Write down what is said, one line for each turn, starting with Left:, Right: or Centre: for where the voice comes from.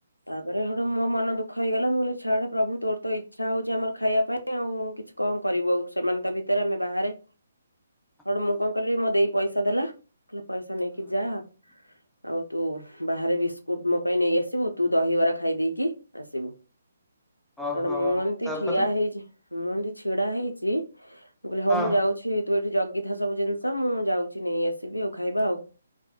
Left: ତାପରେ ହେଟୁ ମୋ ମନ ଦୁଖ ହେଇଗଲା। ମୁଁ କହିଲି ଛାଡ଼ ପ୍ରଭୁ ତୋର ତ ଇଚ୍ଛା ହଉଛି ଆମର ଖାଇବା ପାଇଁ ଆଉ କିଛି କଣ କରିବୁ ଆଉ ସେମାନେ ତ ଭିତରେ ଆମେ ବାହାରେ।
Centre: <inaudible>
Left: ହେଟୁ ମୁଁ କଣ କଲି, ମୋ ଦେଇ ପଇସା ଦେଲା କହିଲା ପଇସା ନେଇକି ଯା।
Centre: <inaudible>
Left: ଆଉ ତୁ ବାହାରେ ବିସ୍କୁଟ ମୋ ପାଇଁ ନେଇ ଆସିବୁ, ତୁ ଦହିବରା ଖାଇ ଦେଇକି ଆସିବୁ।
Centre: ଓହୋ
Left: ହେଟୁ ମୁଁ ଏମିତି
Centre: ତାପରେ
Left: ଠିଆ ହେଇଛି‌। ମୁଁ ଏମିତି ଛିଡ଼ା ହେଇଛି। ମୁଁ କହିଲି ହଉ
Centre: ହଁ
Left: ମୁଁ ଯାଉଛି ତୁ ଏଇଠି ଜଗିଥା ସବୁ ଜିନିଷ ମୁଁ ଯାଉଛି ନେଇ ଆସିବି ଆଉ ଖାଇବା ଆଉ